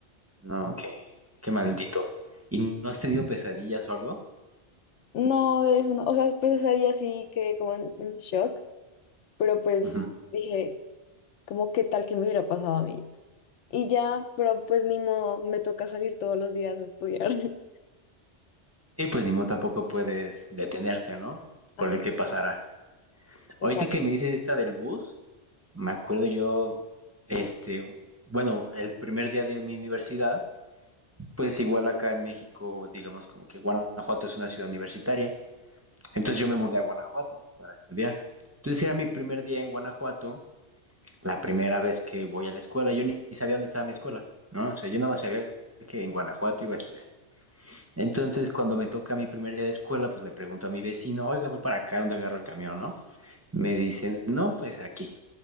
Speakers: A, on the right; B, on the left.
A: No, qué, qué maldito. ¿Y no has tenido pesadillas o algo?
B: No, de eso no. O sea, pues ese día sí quedé como en en shock, pero pues
A: Ujú.
B: dije como qué tal que me hubiera pasado a mí. Y ya, pero pues ni modo, me toca salir todos los días a estudiar. <laughs>
A: Y pues ni modo tampoco puedes detenerte, ¿no?
B: Ajá,
A: Por el que pasará.
B: exacto,
A: Ahorita que me dices esta del bus, me acuerdo yo, este, bueno, el primer día de mi universidad, pues igual acá en México, digamos como que Guanajuato es una ciudad universitaria. Entonces yo me mudé a Guanajuato para estudiar. Entonces
B: sí.
A: era mi primer día en Guanajuato la primera vez que voy a la escuela. Yo ni sabía dónde estaba mi escuela, ¿no? O sea, yo nada más sabía que en Guanajuato iba a estudiar. Entonces, cuando me toca mi primer día de escuela, pues le pregunto a mi vecino, oiga, voy para acá, ¿dónde agarro el camión, no? Me dice, no, pues aquí.